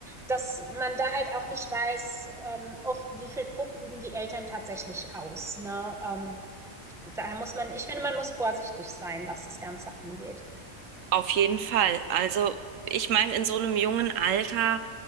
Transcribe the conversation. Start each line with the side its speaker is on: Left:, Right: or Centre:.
Centre: dass man da halt auch nicht weiß, ähm, oft wie viel Druck üben die Eltern tatsächlich aus. Ne? Ähm, daher muss man, ich finde, man muss vorsichtig sein, was das Ganze angeht.
Right: auf jeden Fall, also ich meine, in so einem jungen Alter